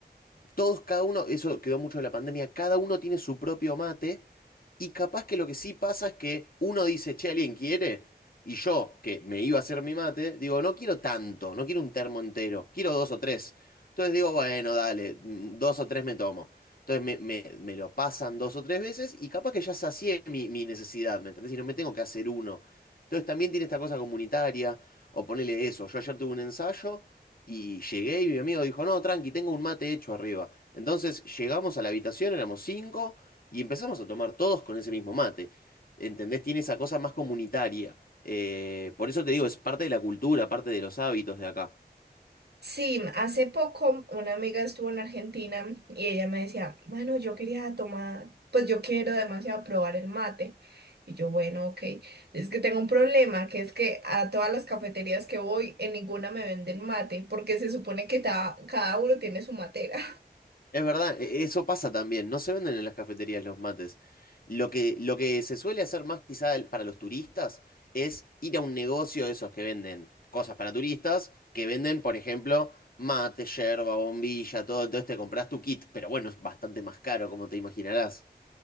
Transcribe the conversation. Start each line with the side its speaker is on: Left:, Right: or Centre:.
Left: todos, cada uno, eso quedó mucho de la pandemia, cada uno tiene su propio mate y capaz que lo que sí pasa es que uno dice, che, ¿alguien quiere? Y yo, que me iba a hacer mi mate, digo, no quiero tanto, no quiero un termo entero, quiero dos o tres. Entonces digo, bueno, dale, mm, dos o tres me tomo. Entonces me, me- me lo pasan dos o tres veces y capaz que ya sacié mi, mi necesidad, ¿me entendés? Y no me tengo que hacer uno. Entonces también tiene esta cosa comunitaria, o ponele eso, yo ayer tuve un ensayo y llegué y mi amigo dijo, no, tranqui, tengo un mate hecho arriba. Entonces llegamos a la habitación, éramos cinco, y empezamos a tomar todos con ese mismo mate. ¿Entendés? Tiene esa cosa más comunitaria. Eh, por eso te digo, es parte de la cultura, parte de los hábitos de acá.
Right: Sí, hace poco una amiga estuvo en Argentina y ella me decía, bueno, yo quería tomar, pues yo quiero demasiado probar el mate. Y yo, bueno, ok, es que tengo un problema, que es que a todas las cafeterías que voy, en ninguna me venden mate, porque se supone que ta- cada uno tiene su matera.
Left: Es verdad, e- eso pasa también. No se venden en las cafeterías los mates. Lo que, lo que se suele hacer más quizá el- para los turistas es ir a un negocio de esos que venden cosas para turistas, que venden, por ejemplo, mate, yerba, bombilla, todo. Entonces te compras tu kit, pero bueno, es bastante más caro, como te imaginarás.